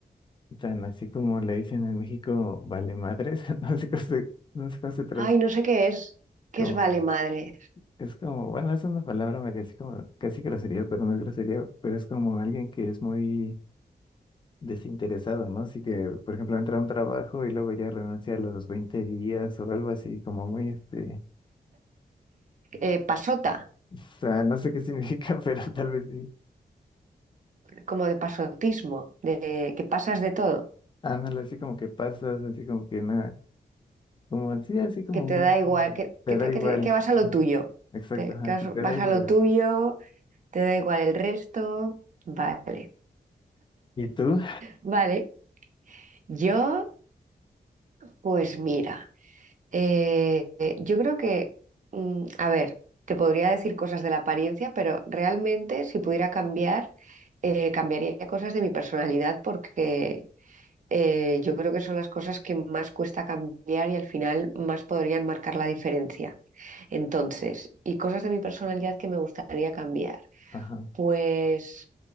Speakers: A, on the left; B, on the right.
A: Tan así como le dicen en México, vale madres, <laughs> no sé cómo se, no sé cómo se tras-
B: Ay, no sé qué es. ¿Qué
A: como-
B: es vale madre?
A: es como, bueno, es una palabra medio así como casi grosería, pero no es grosería, pero es como alguien que es muy desinteresado, ¿no? Así que, por ejemplo, entra a un trabajo y luego ya renuncia a los 20 días o algo así, como muy este,
B: Eh, pasota,
A: o sea, no sé qué significa, <laughs> pero tal vez sí.
B: como de pasotismo, de que pasas de todo,
A: Ah, Ándale, así como que pasas, así como que nada, como sí, así como
B: que te
A: muy,
B: da igual, que,
A: te
B: que,
A: da
B: te-
A: igual.
B: que te- que vas a lo
A: Ajá,
B: tuyo,
A: Exacto,
B: te-
A: ajá,
B: que vas,
A: que te
B: vas
A: da igual.
B: a lo tuyo, te da igual el resto. Vale,
A: ¿Y tú?
B: vale. Yo Pues mira, eh, eh, yo creo que, mm, a ver, te podría decir cosas de la apariencia, pero realmente si pudiera cambiar, eh, cambiaría cosas de mi personalidad porque eh, yo creo que son las cosas que más cuesta cambiar y al final más podrían marcar la diferencia. Entonces, y cosas de mi personalidad que me gustaría cambiar.
A: Ajá,
B: Pues